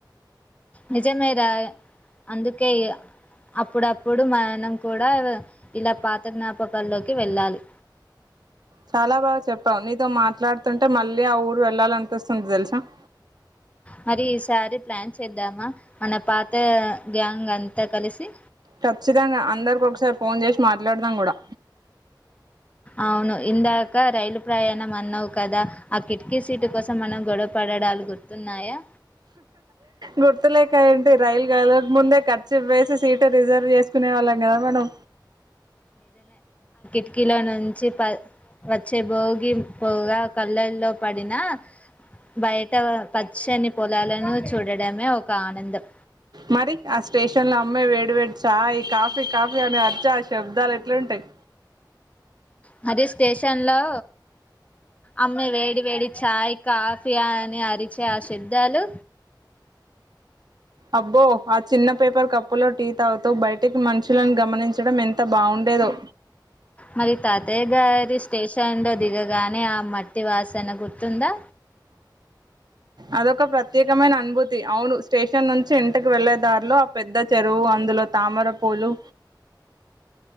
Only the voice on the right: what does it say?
చాలా బాగా చెప్పావు నీతో మాట్లాడుతుంటే మళ్ళీ ఆ ఊరు వెళ్ళాలనిపిస్తుంది తెలుసా అ
ఖచ్చితంగా అందరికి ఒకసారి ఫోన్ చేసి మాట్లాడదాం కూడా
గుర్తులేక ఏంటి రైలు కదలకముందే కార్చిప్ వేసి సీటు రిజర్వ్ చేసి కునేవాళ్ళం కద మనం
మరి ఆ స్టేషన్ న్లో అమ్మే వేడి వేడి చాయ్ కాఫీ కాఫీ అని అరిచె ఆ శబ్దాలు ఎట్లుంటాయి
అబ్బో ఆ చిన్న పేపర్ కప్పు లో టీ తాగుతూ బయటికి మనుషులను గమనించడం ఎంత బాగుం బెదొ
అదొక ప్రత్యేకమైన అనుభూతి అవును స్టేషన్ నుంచి ఇంటికి వెళ్ళే దారిలో ఆ పెద్ద చెరువు అందులో తామరపూలు